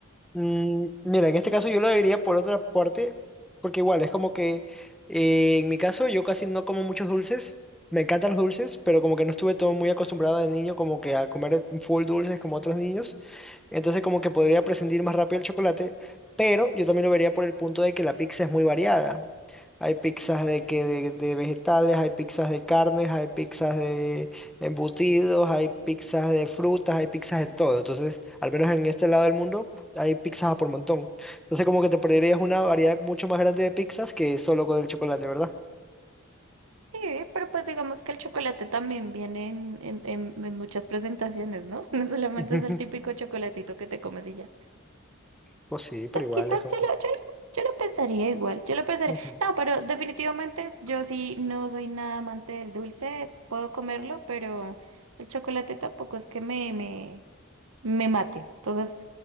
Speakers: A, in the centre; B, on the right.
A: Mm, mira, en este caso yo lo diría por otra parte, porque igual es como que eh, en mi caso yo casi no como muchos dulces, me encantan los dulces, pero como que no estuve todo muy acostumbrado de niño como que a comer full dulces como otros niños. Entonces como que podría prescindir más rápido el chocolate, pero yo también lo vería por el punto de que la pizza es muy variada. Hay pizzas de que de, de vegetales, hay pizzas de carnes, hay pizzas de embutidos, hay pizzas de frutas, hay pizzas de todo. Entonces, al menos en este lado del mundo, hay pizzas a por montón. Entonces como que te perderías una variedad mucho más grande de pizzas que solo con el chocolate, ¿verdad?
B: Sí, pero pues digamos que el chocolate también viene en, en, en- en muchas presentaciones, ¿no? <laughs> No solamente
A: <laughs> Ujú.
B: es el típico chocolatito que te comes y ya.
A: Pues sí, pero
B: Pues
A: igual
B: quizás
A: es como...
B: yo lo, yo lo, yo lo pensaría igual, yo lo pensaría.
A: <laughs> Ujú.
B: No, pero definitivamente yo sí no soy nada amante del dulce, puedo comerlo, pero el chocolate tampoco es que me, me, me mate. Entonces,